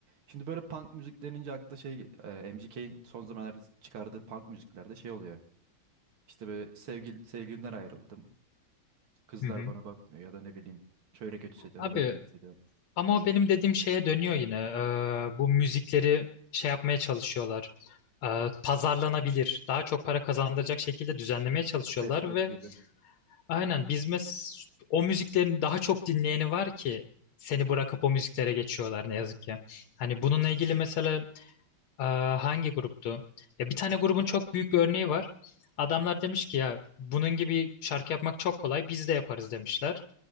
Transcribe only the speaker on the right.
Şimdi böyle punk müzik denince akla şey e, MGK'in son zamanlarda çıkardığı punk müziklerde şey oluyor. İşte böyle sevgil sevgilimden ayrıldım. Kızlar
bana bakmıyor ya da ne bileyim. Şöyle kötü hissediyorum,
böyle kötü hissediyorum.
Fast food
gibi.